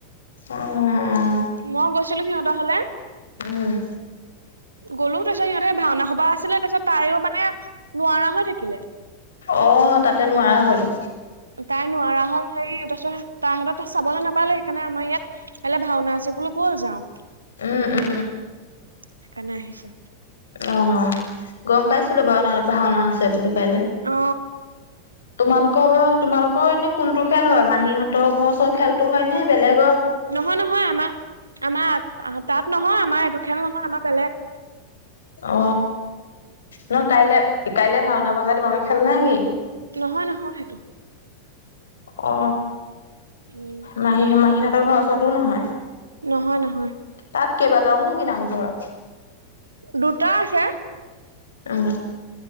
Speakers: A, on the left (about 70°); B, on the right (about 75°).
A: অ অ
B: মই গৈছিলো সিহঁতৰ ঘলে
A: উম
B: গ'লো তাৰপিছত সিহঁতে ভাওনা সভা আছিলে তাৰপিছত তায়ো মানে নোৱাৰা হৈ থাকিলে
A: অ তাতে নোৱাৰা হ'ল
B: তাই নোৱাৰা হল হেৰি তাৰপিছত তাহত চাবলে নাপালেই সেইকাৰণে আমাৰ ইয়াত কাইলে ভাওনা আছে বোলো বল যাওঁ
A: উম উম
B: সেইকাণে আহিছে
A: অ গম পাইছিলো বাওঁ ভাওনা আছে বুলি কাইলে
B: অ
A: তোমালোকৰ তোমালোকৰ এনে কোনটো খেল হয় মাহীত ত ঘৰ ওচৰৰ খেলতো হয় নে বেলেগ
B: নহয় নহয় আমাৰ আমাৰ তাত নহয় আমাৰ এইটো খেল নহয় আমাৰ বেলেগ।
A: অ নহয় কাইলে কাইলে ভাওনা পতা তোমালোকে খেল নে কি?
B: নহয় নহয় সেইটো।
A: অ।
B: উম।
A: মাহী মাহীহঁতৰ ঘৰৰ ওচৰতো নহয়?
B: নহয় নহয়।
A: তাত কেইবাটাও নেকি নামঘৰ?
B: দুটা আছে।
A: উম